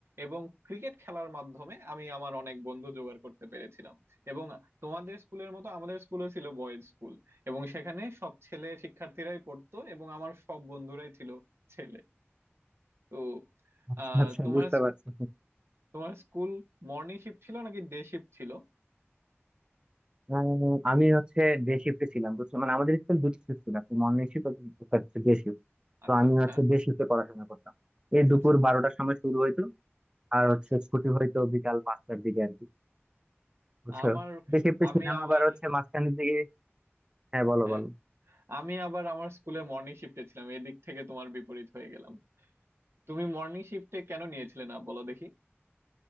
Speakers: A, on the right; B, on the right.
A: এবং ক্রিকেট খেলার মাধ্যমে আমি আমার অনেক বন্ধু জোগাড় করতে পেরেছিলাম এবং তোমাদের স্কুলের মতো আমাদের স্কুলও ছিল বয়েজ স্কুল এবং সেখানে সব ছেলে শিক্ষার্থীরাই পড়তো এবং আমার সব বন্ধুরাই ছিল ছেলে তো
B: আচ্ছা
A: আহ
B: আচ্ছা,
A: তোমার
B: বুঝতে পারছি
A: তোমার স্কুল মর্নিং শিফট ছিল নাকি ডে শিফট ছিল
B: আহ, আমি হচ্ছে ডে শিফটে ছিলাম বুঝছো মানে আমাদের স্কুল দুটি শিফট ছিল একটা মর্নিং শিফট ডে
A: আচ্ছা
B: তো আমি
A: আচ্ছা
B: হচ্ছে দেশিতে পড়াশোনা করতাম এই দুপুর
A: আচ্ছা
B: বারোটার সময় শুরু হইতো আর হচ্ছে
A: আচ্ছা
B: ছুটি হইতো বিকাল পাঁচটার দিকে আর কি বুঝছো
A: আমার
B: ডে শিফটে
A: আমি
B: ছিলাম
A: আবার
B: আবার হচ্ছে মাঝখানের দিকে হ্যাঁ বলো
A: হ্যাঁ
B: বলো
A: আমি আবার আমার স্কুলে মর্নিং শিফটে ছিলাম এদিক থেকে তোমার বিপরীত হয়ে গেলাম তুমি মর্নিং শিফটে কেন নিয়েছিলে না বলো দেখি